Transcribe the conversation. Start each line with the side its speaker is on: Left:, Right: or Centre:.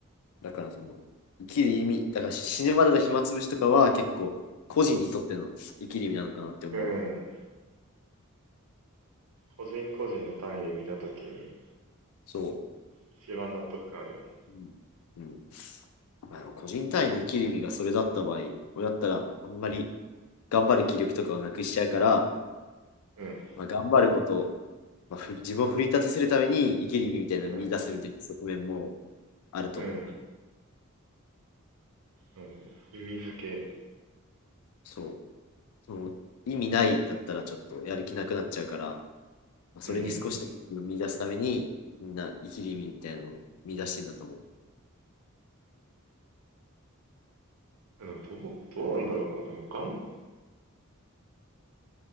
Left: だからその、生きる意味、だから死ぬまでの暇つぶしとかは結構、個人にとっての生きる意味なのかなって思うわ。
Right: な。うん。個人個人の単位で見たときに、
Left: そ
Right: 一番納得感ある
Left: う。うん。うんまあ、でも個人単位の生きる意味がそれだった場合、俺だったら、あんまり頑張る気力とかをなくしちゃうから、
Right: よね。
Left: まあ、頑張ることを、まあ、ふり自分を奮い立たせるために生きる意味みたいなのを見出すみたいな側面も
Right: うん、
Left: あると思う。
Right: うん、うん。あの意味付け。
Left: そう。その意味ないだったらちょっとやる気なくなっちゃうから、まあそれに少しでも見出すために、
Right: うん。
Left: みんな生きる意味みたいなのを見出してんだと思う。
Right: あの、どう、どうなんだろうな。でも、がん、